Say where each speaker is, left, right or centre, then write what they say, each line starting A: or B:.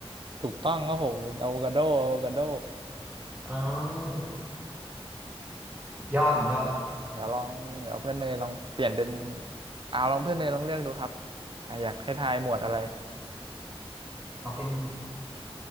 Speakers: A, on the right; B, on the right.
A: ถูกต้องครับผมเป็นอะโวคาโดอะโวคาโด
B: อ๋อ
A: เอ๊ะ
B: ยอดสุดยอด
A: เดี๋ยวลองเดี๋ยวเพื่อนเนยลองเปลี่ยนเป็นอ่าลองเพื่อนเนยลองเลือกดูครับอ่ะอยากให้ทายหมวดอะไร
B: เอาเป็น